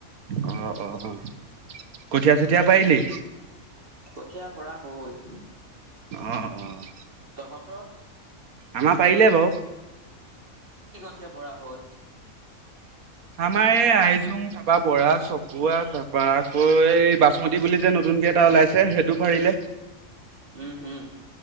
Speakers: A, on the right; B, on the right.
A: অ', অ', অ', কঠীয়া চঠীয়া পাৰিলি?
B: কঠিয়াৰ পৰা হল
A: অ', অ',
B: তহঁতৰ
A: আমাৰ পাৰিলে বাৰু
B: কঠিয়া পৰা হ'ল
A: আমাৰ এই আহি যো তা বৰা চকুৱা তাৰ পৰাৰা আকৌ এই বাচ মতি বুলি যে নতুনকে এটা ওলাইছে সেইটো পাৰিলে
B: উম হম